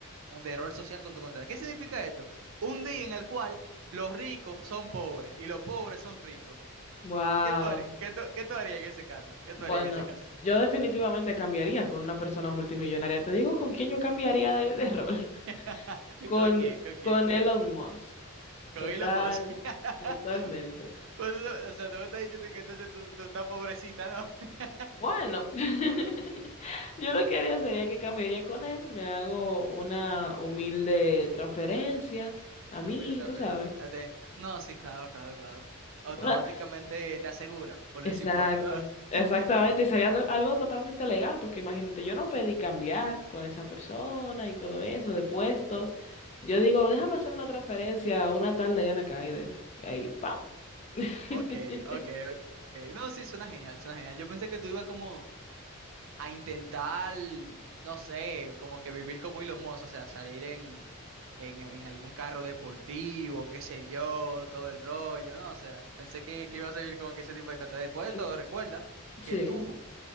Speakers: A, on the right; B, on the left.
A: un de rol social con tu contrario. ¿Qué significa esto? Un día en el cual los ricos son pobres y los pobres son ricos.
B: Wow.
A: ¿Qué tú harías, qué tú, qué tú harías en ese caso? ¿Qué
B: Bueno,
A: tú harías en ese caso?
B: yo definitivamente cambiaría con una persona multimillonaria. Te digo con quién yo cambiaría de, de rol. <laughs>
A: <laughs>
B: Con,
A: ¿Con quién? ¿Con quién?
B: con Elon Musk.
A: Con
B: Total,
A: Elon Musk. <laughs>
B: totalmente.
A: Pues eso, o sea, tú me estás diciendo que entonces tú, tú estás pobrecita, ¿no? <laughs>
B: Bueno. <laughs> Yo lo que haría sería que cambiaría con él, me hago una humilde transferencia a mí,
A: Número de transferencia.
B: tú sabes.
A: Ah, te- No, sí, claro, claro, claro. Automáticamente
B: Una...
A: te asegura, por
B: Exacto,
A: decir poco, ¿no?
B: exactamente,
A: <laughs>
B: y sería to- algo totalmente legal, porque imagínate, yo no pedí cambiar con esa persona y todo eso, de puestos. Yo digo, déjame hacer una transferencia a una tal Diana Kaide. Y ahí, ¡pam! <laughs>
A: Ok, ok, ok. No, sí, suena genial, suena genial. Yo pensé que tú ibas como a intentar, no sé, como que vivir como Elon Musk, o sea, salir en, en, en algún carro deportivo, qué sé yo, todo el rollo, ¿no? O sea, pensé que, que iba a vivir como que ese tipo de cosas. Después de
B: Mm,
A: todo, recuerda
B: Sí.
A: que tú,